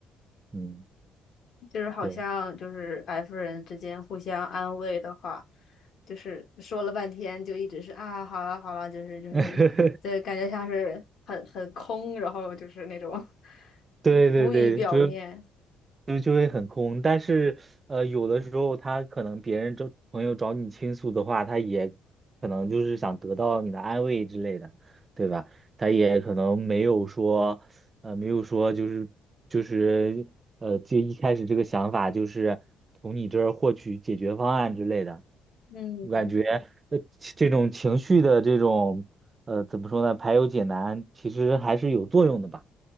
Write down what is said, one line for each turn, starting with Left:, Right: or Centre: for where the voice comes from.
Right: 嗯，
Left: 就是好像就是
Right: 对。
Left: F 人之间互相安慰的话，就是说了半天就一直是啊，好了好了，就是就是，
Right: <laughs>
Left: 对，感觉像是很很空，然后就是那种
Right: 对对对，
Left: 浮于表面。
Right: 就就就会很空。但是呃，有的时候他可能别人找朋友找你倾诉的话，他也可能就是想得到你的安慰之类的，对吧？他也可能没有说呃，没有说就是就是呃，就一开始这个想法就是从你这儿获取解决方案之类的。
Left: 嗯
Right: 我感觉呃，这种情绪的这种呃，怎么说呢，排忧解难，其实还是有作用的吧？